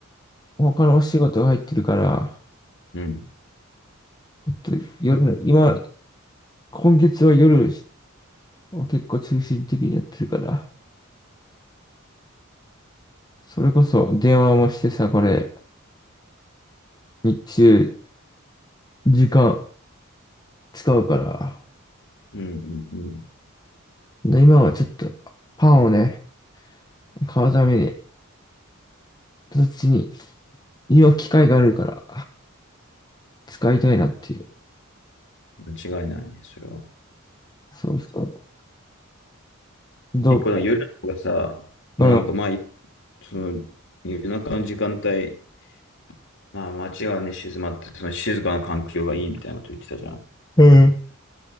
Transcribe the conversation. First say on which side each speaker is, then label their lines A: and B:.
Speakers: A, on the left; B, on the left.
A: 他のお仕事が入ってるから、
B: うん。
A: ちょっと夜の、今、今月は夜を結構中心的にやってるから、それこそ電話もしてさ、これ、日中時間使うから、
B: うんうんうん。
A: で今はちょっとパンをね、買うために、そっちに、今機会があるから、使いたいなっていう。
B: 間違いないね、それは。
A: そうそう。どう、
B: 結構の夜の方がさ、
A: うん。
B: まあなんかまあ、その夜中の時間帯、まあ、街がね、静まって、その静かな環境がいいみたいなこと言ってたじゃん。
A: うん。